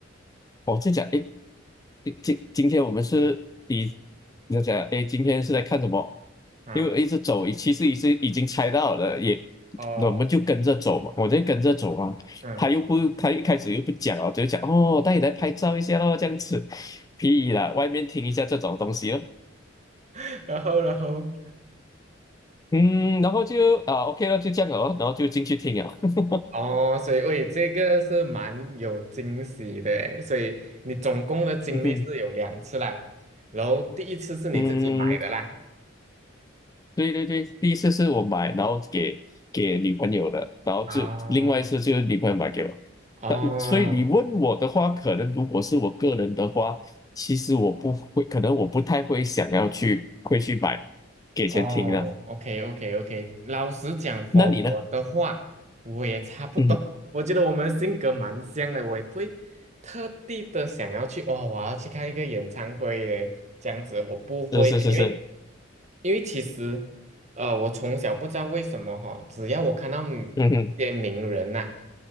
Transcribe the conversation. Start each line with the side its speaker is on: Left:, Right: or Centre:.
Left: 我在讲，诶，今今今天我们是以你就讲，哎，今天是在看什么？
Right: 啊，
Left: 因为我一直走，其实已是已经猜到了，也
Right: 哦，
Left: 我们就跟着走嘛，我就跟着走嘛。
Right: 嗯，
Left: 他又不，他一开始又不讲哦，就讲哦，带你来拍照一下咯，这样子，屁啦，外面听一下这种东西咯。
Right: <laughs> 然后然后
Left: 嗯，然后就啊，OK 了，就这样了哦，然后就进去听了。<laughs>
Right: 哦，所以喂，这个是蛮有惊喜的诶所以你总共的经历是有两次啦，
Left: 嗯哼，
Right: 然后第一次是你自己买的啦，
Left: 嗯。对对对，第一次是我买，然后给给女朋友的，然后就另外一次就是女朋友买给我。
Right: 哦哦
Left: 但所以你问我的话，可能如果是我个人的话，其实我不会，可能我不太会想要去会去买给钱听的。
Right: 哦，OK OK OK，老实讲 f
Left: 那你呢？
Right: 我的话，我也差不多。
Left: 嗯，
Right: <laughs> 我觉得我们性格蛮像的，我也不会特地的想要去哦，我要去看一个演唱会嘞，这样子我不会的因为
Left: 是是是是，
Right: 因为其实呃，我从小不知道为什么哈、只要我看到嗯一些名人呐、
Left: 嗯哼